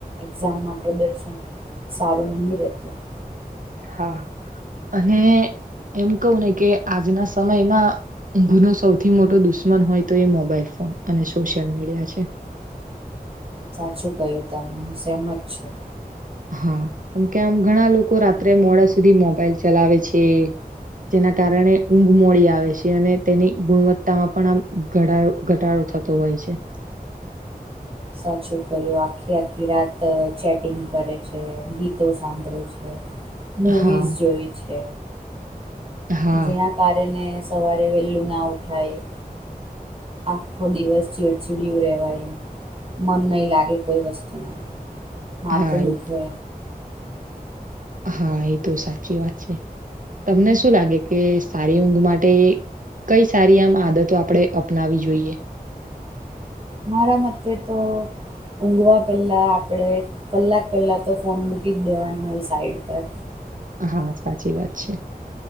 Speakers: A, on the right; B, on the right.
A: એક્ઝામમાં પ્રદર્શન સારું નહીં રહેતું
B: હા અને એમ કવું ને કે આજના સમયમાં ગુનો સૌથી મોટો દુશ્મન હોય તો એ મોબાઈલ ફોન અને સોશિયલ મીડિયા છે
A: સાચું કહ્યું તમે હું સહેમત છું
B: હા કેમ કે આમ ઘણા લોકો રાત્રે મોડા સુધી મોબાઈલ ચલાવે છે જેના કારણે ઊંઘ મોડી આવે છે અને તેની ગુણવત્તામાં પણ આમ ઘટાો ઘટાડો થતો હોય છે
A: સાચું ક્યું આખી આખી રાત ચેટિંગ કરે છે ગીતો સાંભળે છે મવીઝ
B: હા
A: જોઈ છે
B: હા
A: જેના કારણે સવારે વહેલું ના ઉઠાય આખો દિવસ ચીડચીડિયું રહેવાયું મન નહી લાગે કોઈ વસ્તુ ન માથું
B: હા
A: દુખે
B: એ હા એ તો સાચી વાત છે તમને શું લાગે કે સારી ઊંઘ માટે કઈ સારી આમ આદતો આપણે અપનાવી જોઈએ
A: મારા મતે તો ઊંઘવા પહેલાં આપણે કલાક પહેલાં તો ફોન મૂકી જ દેવાના હોય સાઈડ પર
B: હા સાચી વાત છે